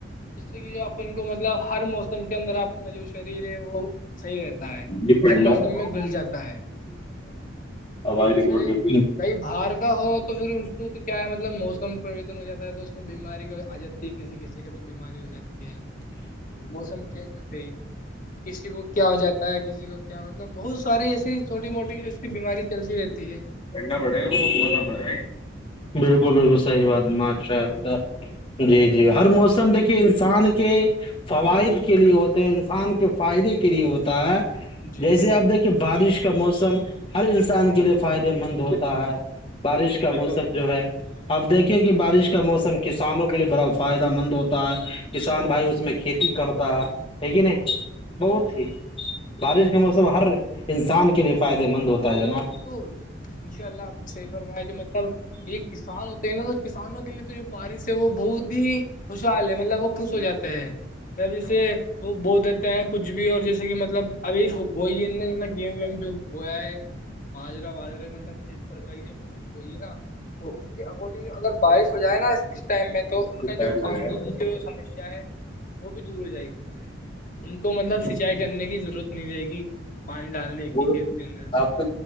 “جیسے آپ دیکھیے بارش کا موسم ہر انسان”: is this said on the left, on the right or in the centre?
Left